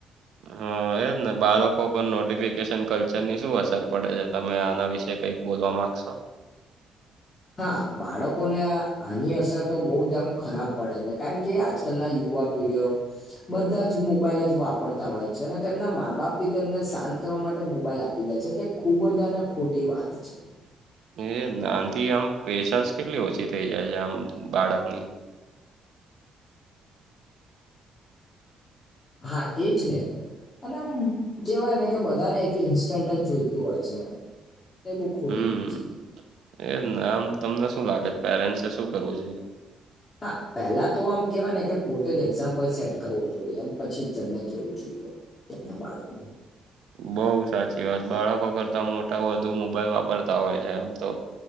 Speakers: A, on the right (about 70°); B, on the left (about 30°).
A: હા. ને બાલકો પર નોટિફિકેશન કલ્ચરની શું અસર પડે છે, તમે આના વિશે કંઈક બોલવા માંગશો?
B: હા બાળકોને આની અસર તો બો જ આમ ખરાબ પડે છે, કારણ કે આજકાલના યુવા વિડીયો બધા જ મોબાઈલ જ વાપરતા હોય છે, અને તેમના મા બાપ બી તેમને શાંત કરવા માટે મોબાઈલ આ પી દે છે, તે ખુબ જ આને ખોટી વાત છે.
A: એ નાનથી આમ પેશન્સ કેટલી ઓછી થઇ જાય છે, આમ બાળકની
B: હા એજ ને અને આમ કેહેવાય ને કે બધાને એક ઇન્સ્ટન્ટ જ જોઈતું હોય છે. એ બહુ ખોટી
A: હમ
B: વાત છે
A: એ નામ તમને શું લાગે છે? પેરેન્ટ્ શું કરવું જોઈએ?
B: હા પહેલા તો આમ કેહેવાય ને કે પોતે જ એક્ઝામ્પલ સેટ કરવો જોઈએ પછી તમને કેવું જોએ. ના બાળકો
A: બઉ સાચી વાત બાળકો કરતા મોટા વધુ મોબાઈલ વાપરતા હોય છે, આમ તો